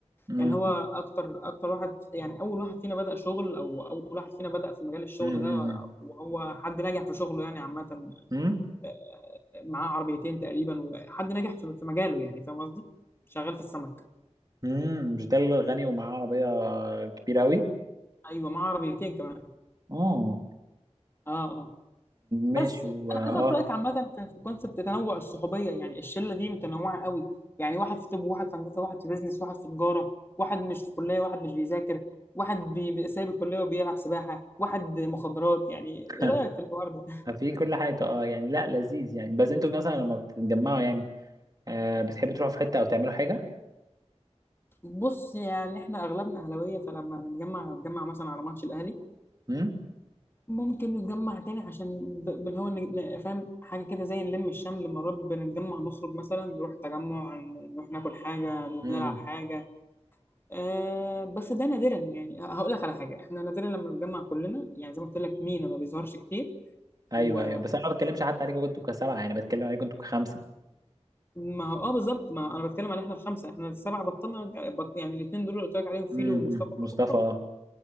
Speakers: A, on the right; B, on the left.
A: امم
B: يعني هو اكتر اكتر واحد يعني اول واحد فينا بدا شغل او اول واحد فينا بدا في مجال الشغل
A: امم
B: ده وهو حد ناجح في شغله يعني عامه
A: امم
B: آه، معاه عربيتين تقريبا وحد ناجح في في مجاله يعني فاهم قصدي شغال في السمك
A: امم مش ده اللي غني ومعاه عربيه كبيره قوي
B: ايوه معاه عربيتين كمان
A: اه
B: اه اه
A: ماشي
B: بس
A: و
B: انا عايز اخد
A: اه
B: رايك عامه في في كونسبت تنوع الصحوبيه يعني الشله دي متنوعه قوي يعني واحد في طب وواحد في هندسه واحد في بيزنس واحد في تجاره واحد مش في كليه واحد مش بيذاكر واحد بي- بي- سايب الكليه وبيلعب سباحه واحد مخدرات يعني
A: <laughs>
B: ايه رايك في الحوار ده
A: في كل حاجه اه يعني لا لذيذ يعني بس انتوا مثلا لما بتتجمعوا يعني آه بتحبوا تروحوا في حته او تعملوا حاجه
B: بص يعني احنا اغلبنا اهلاويه فلما نتجمع نتجمع مثلا على ماتش الاهلي
A: امم
B: ممكن نتجمع تاني عشان ب- اللي هو نج- ن- فاهم حاجه كده زي نلم الشمل مرات بنتجمع نخرج مثلا نروح تجمع نروح ناكل حاجه نروح
A: امم
B: نلعب حاجه آه بس ده نادرا يعني هقول لك على حاجه احنا نادرا لما بنتجمع كلنا يعني زي ما قلت لك مينا ما بيظهرش كتير
A: ايوه
B: و
A: ايوه بس انا ما بتكلمش حتى عليكم انتوا كسبعه يعني بتكلم عليكم انتوا كخمسه
B: ما هو اه بالظبط ما هو انا بتكلم على احنا الخمسه احنا السبعه بطلنا نرجع- بط... يعني الاثنين دول اللي قلت لك عليهم فيلو
A: امم
B: ومصطفى
A: مصطفى
B: دول بطلوا
A: اه